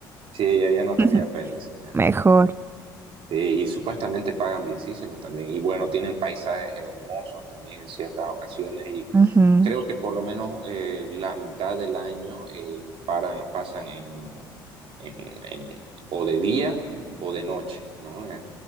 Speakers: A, on the right; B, on the right.
A: Sí, ella ya no
B: Ujú.
A: tenía apéndice.
B: Mejor.
A: Sí, y supuestamente pagan bienísimo también. Y bueno, tienen paisajes hermosos también en ciertas ocasiones. Y
B: Ujú.
A: creo que por lo menos eh, la mitad del año eh, paran, pasan en, en- en- o de día o de noche, ¿no? Eh,